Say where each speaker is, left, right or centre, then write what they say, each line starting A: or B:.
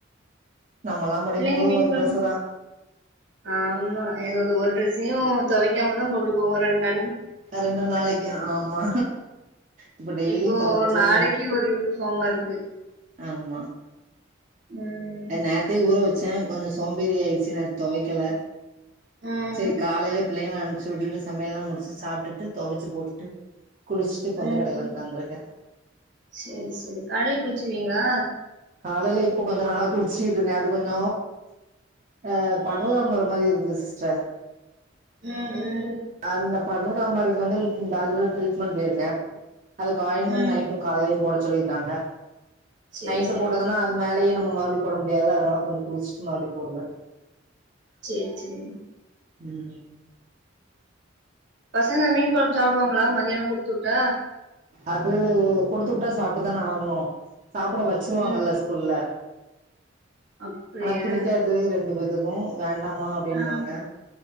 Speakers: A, on the right; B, on the right.
A: நம்ம எல்லா படிக்கு
B: பிள்ளைங்க
A: போது
B: மீன்
A: ஒரு
B: கொழம்பு
A: ட்ரெஸ்சு தா
B: ஆமா என்னோட ஒரு ட்ரெஸ்ஸையு துவைக்காமதா போட்டுபோவோ ஒரு ரெண்டு நா
A: ரெண்டு நாளைக்கு ஆமா இப்ப டெய்லி
B: இப்போ
A: தொவச்சு
B: ஒரு நாளைக்கு ஒரு யூனிஃபார்மா இருக்கு
A: ஆமா
B: ம்
A: நேத்தே ஊற வ ச கொஞ்ச சோம்பேறி ஆயிடுச்சு நேத்து துவைக்கல
B: ம்
A: சரி காலையிலயே பிள்ளைகள அனு ச்சு சுட்டுட்டு சமையல்லா முடிச்சு சாப்ட்டுட்டு துவச்சு போட்டுட்டு குளிச்சுட்டு இப்ப
B: உம்
A: வந்து கடையில
B: ம்
A: உக்காந்துருக்கே
B: சரி சரி காலைல குளிச்சிருவீங்களா
A: காலையில இப்ப கொஞ்ச நாளா குளிச்சிட்டு இருக்கே அது கொஞ்ச அ படர்தாமர மாரி இருக்கு சிஸ்டர்
B: ம் ம்
A: அந்த படர்தாமரிக்கு வந்து டாக்டர் ட்ரீட்மெண்ட் போயிருக்க அதுக்கு ஆயின்மண்ட்
B: ம்
A: நைட்டு காலையிலயு போட சொல்லியிருக்காங்க
B: செரி
A: ட்டு போட்டதுன்னா அது மேலேயே நம்ம மறுபடி போட முடியாது அதனால கொஞ்ச குளிச்சுட்டு மறுபடி போடுவே
B: செரி செரி
A: உம்
B: பசங்க மீன் குழம்பு சாப்பிடுவாங்களா மதியான கொடுத்து விட்ட
A: அது கொடுத்து விட்டா சாப்பிட்டுதான ஆகணு சாப்பிட வச்சிருவாங்கல்ல
B: ம்
A: ஸ்கூல்ல
B: அப்டியா
A: ஆனா பிடிக்காது ரெண்டு பேத்துக்கு வேண் டமா அப்டினுபாங்க
B: ஆ